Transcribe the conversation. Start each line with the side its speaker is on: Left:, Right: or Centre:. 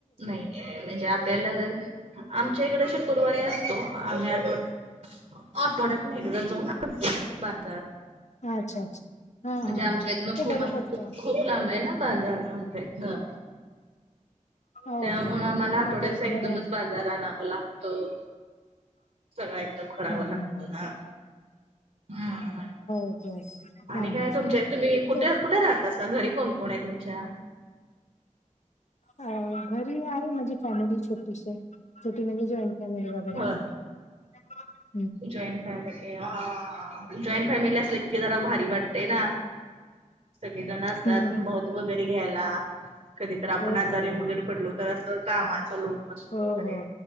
Right: नाही म्हणजे आपल्याला आमच्या इकडे शुकुरवारीे असतो आम्ही आठो आठवड्यातनं नाही एकदा जाऊ ना आ बाजार.
Left: अच्छा अच्छा. हा
Right: म्हणजे
Left: हा
Right: आमच्या इथनं
Left: ते
Right: खूम
Left: बरं पडतं
Right: खूप लांब आहे ना बाजार आमचा इथंन
Left: ओके
Right: त्यामुळ
Left: ओके
Right: आम्हाला आठवड्याचा
Left: हा ते एक
Right: एकदमच
Left: बरं आहे.
Right: बाजार आणावं लागतं सगळ एकदम. करावं
Left: हम्म
Right: लागत
Left: हम्म हम्म
Right: ना. हम्म
Left: ओके ओके चांगलं
Right: आणि काय
Left: चांगलं.
Right: तुमच्या तुम्ही कुठे
Left: ते
Right: कुठे राहत असा घरी कोण कोण आहे तुमच्या?
Left: अ घरी आहे माझी फॅमिली छोटीशी छोटी म्हणजे जॉईंट फॅमिली वगैरे
Right: होय
Left: आहे. त्या <unintelligible>
Right: जॉईंट फॅमिली जॉईंट फॅमिली असले क जरा भारी वाटते. ते ना सगळेजण असतात
Left: हम्म
Right: मध वगैरे घ्यायला. कधी तर आपण
Left: हो
Right: आजारीे
Left: हो
Right: उगर
Left: हो.
Right: पडलो तर असं कामाचा लोट नसतो
Left: हो
Right: वगैरे
Left: हो